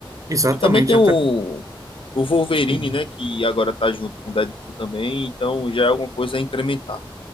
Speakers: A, on the right (about 40°); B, on the left (about 75°).
A: Exatamente,
B: E também tem o,
A: até
B: o Wolverine,
A: sim.
B: né? Que agora tá junto com o Deadpool também, então já é alguma coisa a incrementar.